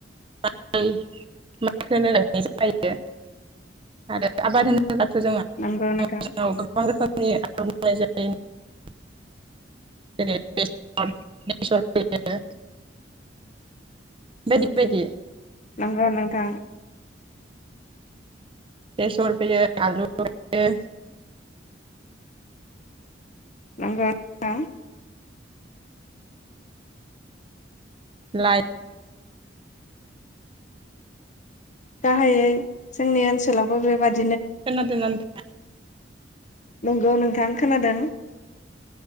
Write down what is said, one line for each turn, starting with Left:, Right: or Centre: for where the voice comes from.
Right: <unintelligible> <unintelligible>
Left: नंगौ नोंथां
Right: <unintelligible>
Left: नंगौ नोंथां
Right: बेसर फोयो आलु फोयो
Left: नंगौना
Right: लाइ
Left: गाहायै जोंनि ओनसोलावबो बेबायदि
Right: खोनादोंना नोंथां
Left: नंगौ नोंथां खोनादों